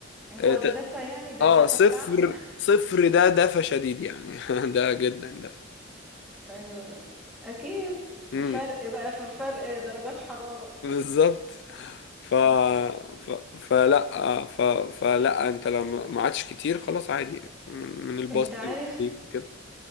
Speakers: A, in the centre; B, on the left.
A: هو
B: اه ت-
A: ده دفى يعني ده
B: آه،
A: الدفى
B: صفر
A: بتاعهم
B: صفر ده دفى شديد يعني <laughs> ده جدا دفى
A: ايوه اكيد
B: امم
A: فرق بقى في فرق درجات حرارة
B: بالظبط ف...
A: مم.
B: ف... فلا آه، ف... فلا انت لما ما عادش كتير خلاص عادي من, من الباص
A: انت عارف
B: اللي بيك وكده